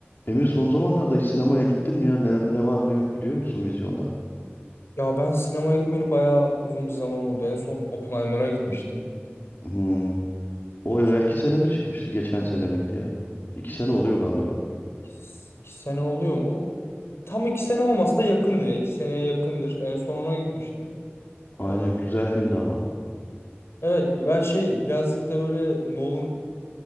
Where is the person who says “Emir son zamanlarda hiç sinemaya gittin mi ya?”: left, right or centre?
Left